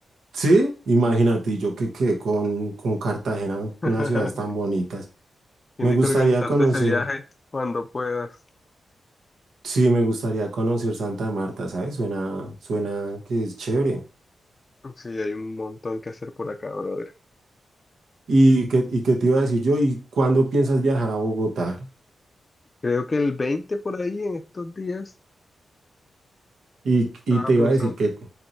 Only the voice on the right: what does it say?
Sí, imagínate, y yo que quedé con, con Cartagena,
unas ciudades tan bonitas.
Me gustaría
conocer,
sí, me gustaría conocer Santa Marta, ¿sabes? Suena, suena que es chévere.
¿Y qué, y qué te iba a decir yo? ¿Y cuándo piensas viajar a Bogotá?
Y, y
te
iba a decir que